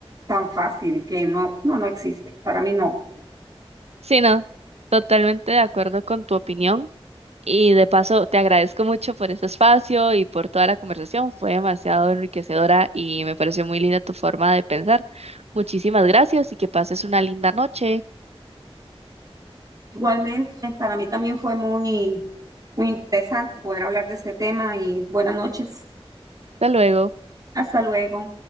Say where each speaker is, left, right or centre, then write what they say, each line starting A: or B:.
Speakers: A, on the right (about 35°); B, on the right (about 85°).
A: tan fácil, que no, no, no existe. Para mí no.
B: Sí, no, totalmente de acuerdo con tu opinión. Y de paso, te agradezco mucho por este espacio y por toda la conversación. Fue demasiado enriquecedora y me pareció muy linda tu forma de pensar. Muchísimas gracias y que pases una linda noche.
A: Igualmente, para mí también fue muy, muy interesante poder hablar de este tema y buenas noches.
B: Hasta luego.
A: Hasta luego.